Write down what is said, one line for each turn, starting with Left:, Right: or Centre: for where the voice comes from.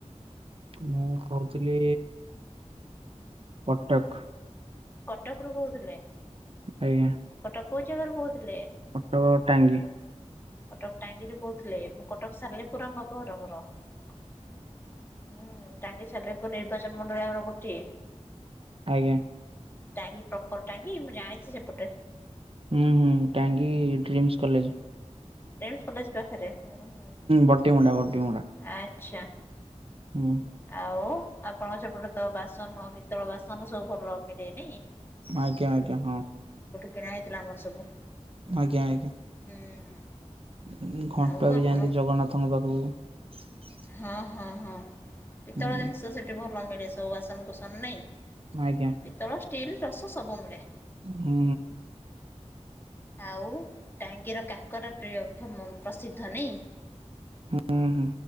Right: ମୁଁ କହୁଥିଲି କଟକ।
Left: କଟକରୁୁ କହୁଥିଲେ।
Right: ଆଜ୍ଞା।
Left: କଟକ କୋଉ ଜାଗାରୁ କହୁଥିଲେ?
Right: ଅଟୋ ଟାଙ୍ଗି।
Left: କଟକ ଟାଙ୍ଗିରୁ କହୁଥିଲେ। ମୁଁ କଟକ ସାରିଲିପୁରାମ ବାପ ଘର ମର। ହୁଁ ଟାଙ୍ଗିସାଲେପୁର ନିର୍ବାଚନ ମଣ୍ଡଳୀ ଆମର ଗୋଟିଏ।
Right: ଆଜ୍ଞା।
Left: ଟାଙ୍ଗି ପ୍ରପର ଟାଙ୍ଗି ମୁଁ ଜାଣିଛି ସେପଟେ।
Right: ହୁଁ ହୁଁ Tangi dreams college.
Left: AIIMS college ପାଖରେ। ହୁଁ ହୁଁ।
Right: ବଟିମୁଣ୍ଡା ବଟିମୁଣ୍ଡା
Left: ଆଛ ଆଚ୍ଛା।
Right: ହୁଁ
Left: ଆଉ ଆପଣଙ୍କ ସେପଟେ ତ ବାସନ ପିତଳ ବାସନ ସବୁ ଭଲ ମିଳେନି।
Right: ଆଜ୍ଞା ଆଜ୍ଞା। ହଁ।
Left: କିଣା ହେଇଥିଲା ଆମର ସବୁ।
Right: ଆଜ୍ଞା ଆଜ୍ଞା।
Left: ହୁଁ
Right: ଉଁ ଘଣ୍ଟୁଆ
Left: ଆଉ ଆପଣ
Right: ବି ଯାଆନ୍ତି ଜଗନ୍ନାଥଙ୍କ ପାଖକୁ
Left: ହଁ ହଁ- ହଁ ପିତଳ
Right: ହୁଁ
Left: ଜିନିଷ ସେଠି ଭଲ ମିଳେ ସବୁ, ବାସନକୁସନ ନାଇଁ
Right: ଆଜ୍ଞା।
Left: ପିତ୍ତଳ ଷ୍ଟିଲ୍ ରସ ସବୁ ମିଳେ।
Right: ହୁଁ।
Left: ଆଉ ଟାଙ୍ଗିର କାକରା ପ୍ରିୟ ପ୍ରସିଦ୍ଧ ନାଇଁ।
Right: ହୁଁ- ହୁଁ